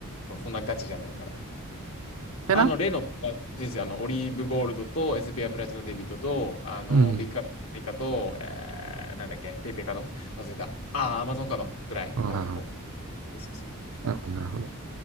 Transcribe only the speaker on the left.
そうそんなガチじゃないから。
あの、レノンですよ。あの、オリーブゴールドと、エスビーアイプラチナデビットと、あの、
ビッグカードパイカと、えー、なんだっけ、ペイペイカード忘れた。あーアマゾンカードぐらいの子、
こう。そうそう